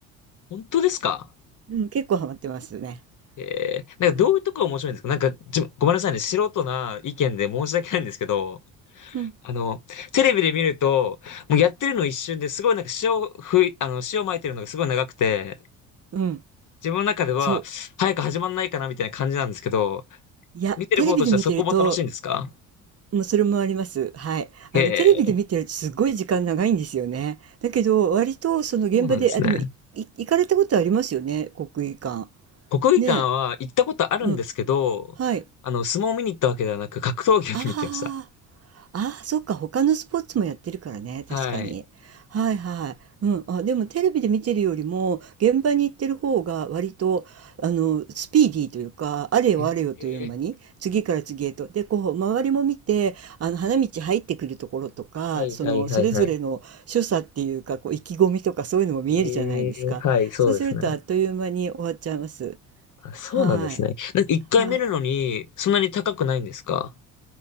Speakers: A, on the left; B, on the right.
A: 本当ですか
B: うん、結構ハマってますね。
A: えー、なんか、
B: は
A: どういうとこが面白いんですかなんか、じ、ごめんなさいね、素人な意見で申し訳ないんですけど、
B: いうん、
A: あの、テレビで見ると、もうやってるの一瞬ですごいなんか塩ふい、あの、塩撒いてるのがすごい長くて、
B: うん、
A: 自分の中では、
B: そう。
A: 早く始まんないかなみたいな感じなんですけど、
B: いや、
A: 見てる方としてはそこも楽しいんですか
B: テレビで見てると、もうそれもあります。はい。あの、
A: へえ、
B: テレビで見てるとすごい時間長いんですよね。だけど、割とその現場で、
A: そうなんですね。
B: あ、でもい、い行かれたことありますよね、国技館。
A: 国技館は行ったことあるんですけど、
B: ねえ。うん。はい。
A: あの、相撲を見に行ったわけではなく、格闘技を見に行きました。
B: ああ。ああ、そっか、他のスポーツもやってるからね、
A: はい。
B: 確かに。はいはい。うん。あ、でもテレビで見てるよりも、現場に行ってる方が割と、あの、スピーディーというか、あれよあれよという間に、
A: ええ
B: 次から次へと。で、こう、周りも見て、あの、花道入ってくるところとか、
A: はいはいはいはい。
B: その、それぞれの所作っていうか、こう、意気込みとかそういうのも見えるじゃないですか。
A: ええ、はい、そうですね。
B: そうすると、あっという間に終わっちゃいます。
A: あ、そうなんですね。
B: はい。
A: なんか一回見るのに、
B: はい。
A: そんなに高くないんですか